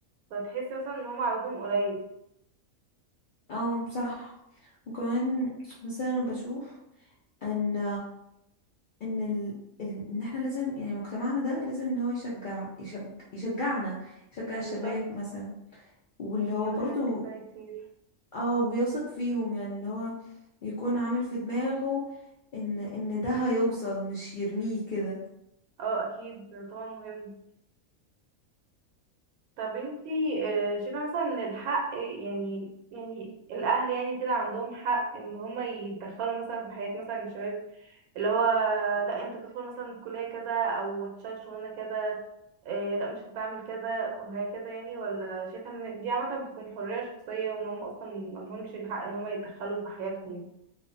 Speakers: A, on the right; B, on the left.
A: فتحسي مثلا ان هم عددهم قليل
B: او صح وكمان مثلا أنا بشوف ان ان ال... ال- ان احنا لازم يعني مجتمعنا ده لازم ان هو يشجع يشج... يشجعنا يشجع
A: بالظبط
B: الشباب مثلا واللي
A: يعني
B: هو
A: يعمل
B: برضو
A: حاجات جسمانية كتير
B: اه ويثق فيهم يعني اللي هو يكون عامل في دماغه ان ان ده هيوصل مش يرميه كده
A: اه اكيد طبعا مهم طب انتي آه، شايفة مثلا ان الحق يعني يعني الاهل يعني كده عندهم حق ان هما يتدخلوا مثلا في حياة مثلا الشباب اللي هو لا انت تدخل مثلا كلية كذا او هتشتغل شغلانة كذا آه، لا مش هتعمل كذا وهكذا يعني ولا شايفة ان دي عامة بتكون حرية شخصية وان هم اصلا ملهمش الحق ان هما يتدخلوا في حياتهم